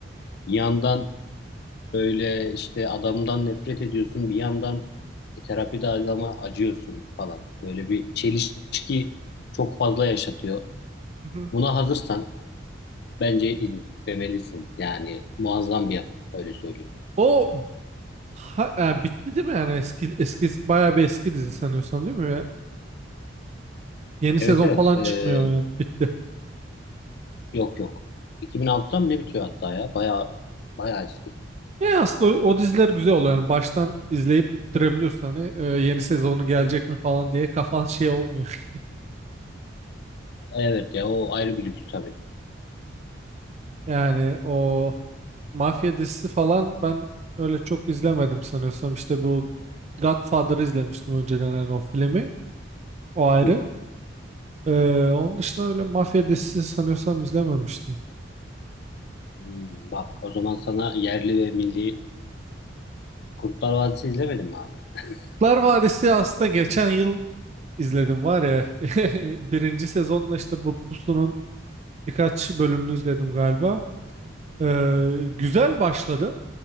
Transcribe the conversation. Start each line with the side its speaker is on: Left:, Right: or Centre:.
Left: bir yandan böyle işte adamdan nefret ediyorsun. Bir yandan terapide adama acıyorsun falan. Böyle bir çelişki çok fazla yaşatıyor.
Right: Hı hı.
Left: Buna hazırsan Bence izlemelisin. Yani muazzam bir yapım. Öyle söyleyeyim.
Right: O ha- yani bitti değil mi yani eski eski bayağı bir eski dizi sanıyorsam değil mi? Ya, yeni
Left: Evet
Right: sezon
Left: evet.
Right: falan
Left: Ee,
Right: çıkmıyor yani bitti.
Left: yok yok. 2006'da mı ne bitiyor hatta ya? Baya baya eski.
Right: Ya aslında o, o diziler güzel oluyor yani baştan izleyip bitirebiliyorsun hani e, yeni sezonu gelecek mi falan diye kafan şey olmuyor.
Left: Evet ya o ayrı bir lüks tabii.
Right: Yani o mafya dizisi falan ben öyle çok izlemedim sanıyorsam. İşte bu Godfather'ı izlemiştim önceden hani o filmi. O ayrı.
Left: Hı hı.
Right: Ee, onun dışında öyle mafya dizisi sanıyorsam izlememiştim.
Left: Hmm, bak o zaman sana yerli ve milli Kurtlar Vadisi izlemedin mi abi? <laughs>
Right: Kurtlar Vadisi aslında geçen yıl izledim var ya. <laughs> Birinci sezonla işte bu Pusu'nun birkaç bölümünü izledim galiba. Ee, güzel başladı.